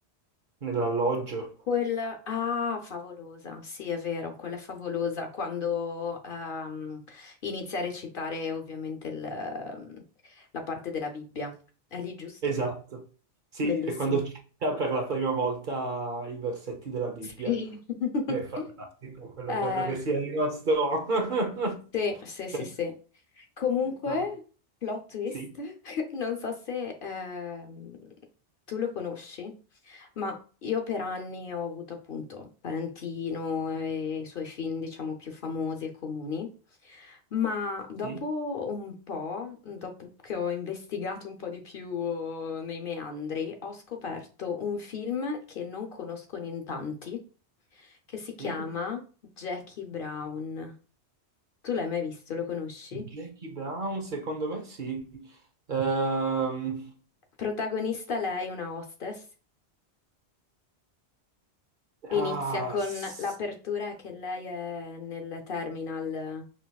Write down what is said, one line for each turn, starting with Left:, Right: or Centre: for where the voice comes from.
Right: nell'alloggio.
Left: Quella, ah, favolosa, sì, è vero, quella è favolosa quando ehm, inizia a recitare ovviamente il, ehm, la parte della Bibbia. È lì, giusto?
Right: Esatto. Sì,
Left: Bellissimo.
Right: e quando cita per la prima volta i versetti della Bibbia.
Left: Sì. <laughs>
Right: È fantastico, quello
Left: Eh,
Right: credo che sia rimasto. <laughs>
Left: Sì, sì, sì, sì. Comunque,
Right: Ah,
Left: plot twist,
Right: Sì,
Left: <laughs> non so se ehm, tu lo conosci, ma io per anni ho avuto appunto Tarantino e i suoi film, diciamo, più famosi e comuni, ma dopo
Right: sì,
Left: un po', dopo che ho investigato un po' di più oh, nei meandri, ho scoperto un film che non conoscono in tanti, che si chiama
Right: sì.
Left: Jackie Brown. Tu l'hai mai visto, lo conosci?
Right: Jackie Brown, secondo me sì. Ehm,
Left: Protagonista lei, una hostess, e
Right: ah,
Left: inizia con
Right: s-
Left: l'apertura che lei è nel terminal